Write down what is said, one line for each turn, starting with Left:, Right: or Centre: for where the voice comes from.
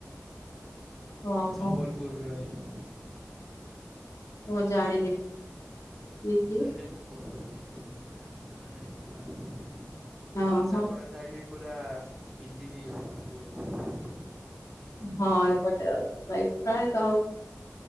Left: ଓହୋ।
Centre: ସମ୍ବଲପୁରର ହିଁ।
Left: ମୁଁ ଜାଣିନି ପିଜି
Centre: ନାଇଁ ନାଇଁ ମୁଁ କହୁ ଛି ତମେ ଜାଣିଛ ନା ନାଇଁ ପଚାରିଲି?
Left: ଓହୋ
Centre: ମାନେ ସେପଟେ ସାଇଡ ପୁରା ପି ଜି ଅଧିକ <inaudible> କରିଲି।
Left: ହଁ ଏପଟେ ଆଉ ପ୍ରାୟତ